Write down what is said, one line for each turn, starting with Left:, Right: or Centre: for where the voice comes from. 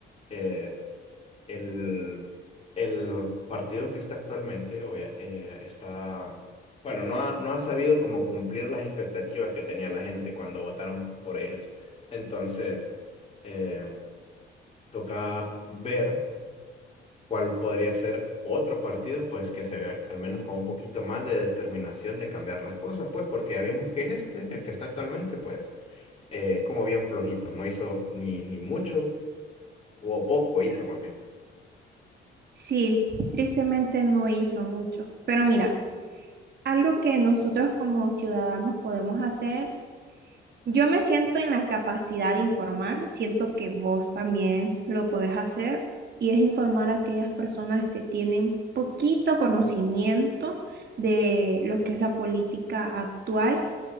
Left: eh, el, el partido que está actualmente obvia- eh, está, bueno, no ha, no ha sabido como cumplir las expectativas que tenía la gente cuando votaron por ellos. Entonces, eh, toca ver cuál podría ser otro partido, pues que se vea al menos con un poquito más de determinación de cambiar las cosas, pues porque ya vimos que este, el que está actualmente, pues eh, es como bien flojito, no hizo ni, ni mucho o poco hizo, más bien.
Right: sí, tristemente no hizo mucho, pero mira. Algo que nosotros como ciudadanos podemos hacer, yo me siento en la capacidad de informar, siento que vos también lo podés hacer, y es informar a aquellas personas que tienen poquito conocimiento de lo que es la política actual.